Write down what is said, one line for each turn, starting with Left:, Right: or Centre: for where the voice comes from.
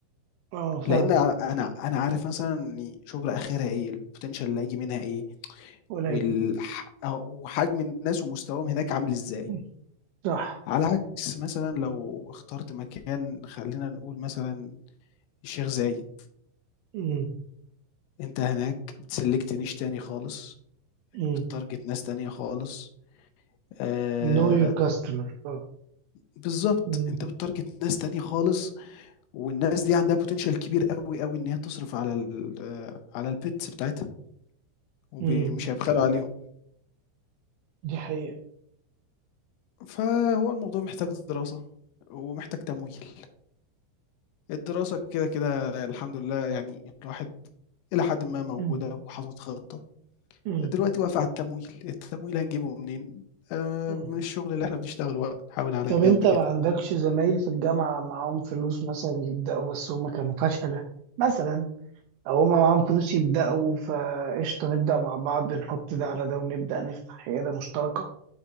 Right: اه فاهم
Left: لإن أ أنا أنا عارف مثلًا إن شُبرا آخرها إيه، الpotential اللي هييجي منها إيه،
Right: قليل
Left: والح وحجم الناس ومستواهم هناك عامل إزاي،
Right: مم. صح
Left: على عكس مثلًا لو اخترت مكان خلّينا نقول مثلًا الشيخ زايد،
Right: امم
Left: أنت هناك select niche تاني خالص.
Right: مم.
Left: بتارجت ناس تانية خالص آآ
Right: know your customer اه
Left: بالضبط،
Right: مم.
Left: أنت بتارجت ناس تانية خالص، والناس دي عندها potential كبير أوي، أوي إن هي تصرف على ال آه، على الpets بتاعتها، وب
Right: مم.
Left: مش هيبخلوا عليهم،
Right: دي حقيقة
Left: فهو الموضوع محتاج دراسة، ومحتاج تمويل، الدراسة كده، كده الحمد لله يعني الواحد إلى حدٍ ما موجودة
Right: مم.
Left: وحاطط خطة،
Right: مم.
Left: دلوقتي واقف على التمويل، التمويل هنجيبه منين؟ آآ
Right: مم.
Left: من الشغل اللي إحنا بنشتغله بقى، نحاول على
Right: طب
Left: جنب
Right: انت ما
Left: كده.
Right: عندكش زمايل في الجامعة معاهم فلوس مثلا يبدأوا بس هما كانوا فشلة مثلا او هما معاهم فلوس يبدأوا فقشطة نبدأ مع بعض نحط ده على ده ونبدأ نفتح عيادة مشتركة